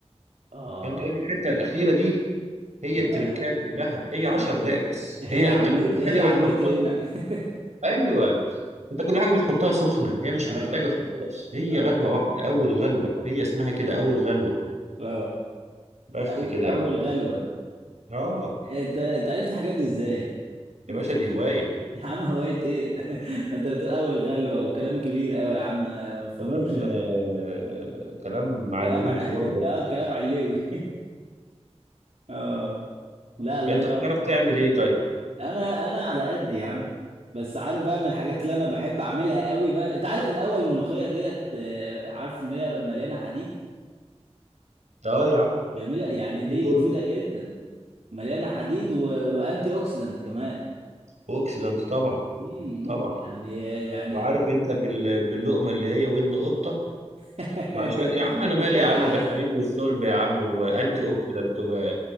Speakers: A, on the right (about 70°); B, on the right (about 90°).
A: اه
B: فأنت هي الحتة الأخيرة دي هي
A: يبقى
B: التركاية كلها هي عشر
A: عم...
B: دقايق بس
A: هي
B: هي
A: عمتي
B: أنت كل حاجة
A: هي
B: بتحطها
A: عمتي هنا <laughs>
B: أيوه أنت كل حاجة بتحطها سخنة هي مش
A: اه
B: محتاجة خلاص هي
A: اه
B: غلوة واحدة أول غلوة هي اسمها كده أول غلوة
A: اه
B: بس
A: أو...
B: كده
A: اول
B: يا معلم
A: غلوه
B: آه
A: انت انت عرفت الحاجات دي ازاي مم.
B: يا باشا دي هواية
A: <laughs> يا عم هوايه ايه ده <laughs> انت بتقول اول غلوه وكلام كبير قوي يا عم انا ما بفهموش
B: كلام
A: أنا.
B: آه، كلام معلمين
A: كلام ع-
B: كبار
A: <laughs>
B: ده
A: اه كلام علوي اه لا الله
B: أنت
A: ينور
B: بتعرف تعمل إيه طيب؟
A: انا انا على قد يا عم بس عارف بقى من الحاجات اللي انا بحب اعملها قوي بقى انت عارف الاول الملوخيه ديت آه، عارف ان هي مليانه حديد
B: آه يا عم
A: جميله يعني
B: ادي
A: دي
B: طول
A: مفيده جدا مليانه حديد و... وانتي اوكسيدنت كمان
B: بوكس ده أنت طبعا
A: امم
B: طبعا
A: يعني يعني
B: وعارف انت بال... باللقمه اللي هي ودن قطه
A: <laughs>
B: مع
A: انت
B: شويه يا عم انا مالي
A: بتتريق
B: يا عم
A: على
B: بالحديد والصلب يا عم وانتي اوكسيدنت و...